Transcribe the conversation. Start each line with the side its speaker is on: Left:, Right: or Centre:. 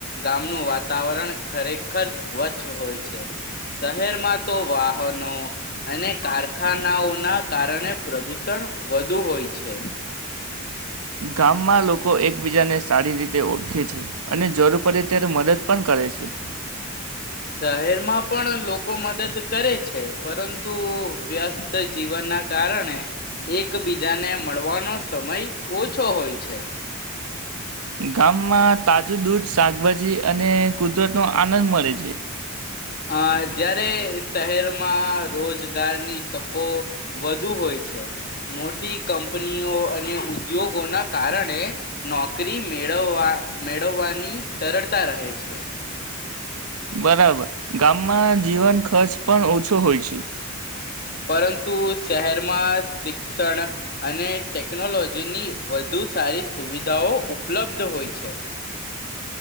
Left: ગામનું વાતાવરણ ખરેખર સ્વચ્છ હોય છે, શહેરમાં તો વાહનો અને કારખાનાઓના કારણે પ્રદુષણ વધુ હોય છે.
Right: ગામમાં લોકો એકબીજાને સારી રીતે ઓળખે છે અને જરૂર પડે ત્યારે મદદ પણ કરે છે.
Left: શહેરમાં પણ લોકો મદદ કરે છે પરંતુ વ્યસ્ત જીવનના કારણે એકબીજાને મળવાનો સમય ઓછો હોય છે.
Right: ગામમાં તાજું દૂધ, શાકભાજી અને કુદરતનો આનંદ મળે છે.
Left: અ જયારે શહેરમાં રોજગારની તકો વધુ હોય છે, મોટી કંપનીઓ અને ઉદ્યોગોના કારણે નોકરી મેળવવા મેળવવાની સરળતા રહે છે.
Right: બરાબર. ગામમાં જીવન ખર્ચ પણ ઓછો હોય છે.
Left: પરંતુ શહેરમાં શિક્ષણ અને ટેકનોલોજીની વધુ સારી સુવિધાઓ ઉપલબ્ધ હોય છે.